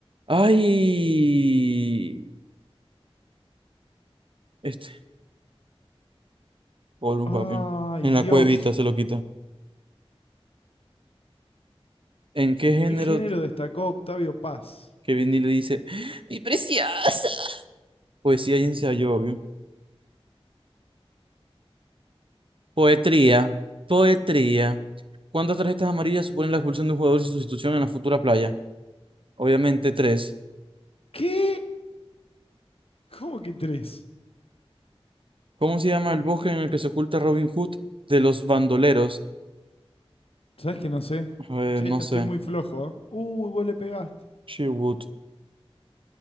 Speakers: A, on the right; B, on the left.
A: ¡Ay! Este, un
B: ¡Ay,
A: papi. En
B: Dios!
A: la cuevita se lo quita. ¿En qué
B: ¿En
A: género
B: qué género destacó Octavio Paz?
A: que Vinny le dice? Mi preciosa. Poesía y ensayo, obvio. Poetría, poetría. ¿Cuántas tarjetas amarillas suponen la expulsión de un jugador sin sustitución en la futura playa? Obviamente tres.
B: ¿Qué? ¿Cómo que tres?
A: ¿Cómo se llama el bosque en el que se oculta Robin Hood de los bandoleros?
B: ¿Sabes que no sé?
A: Eh,
B: Che,
A: no
B: esta
A: sé.
B: estoy muy flojo, ¿eh? Uy, vos le pegaste.
A: Sherwood.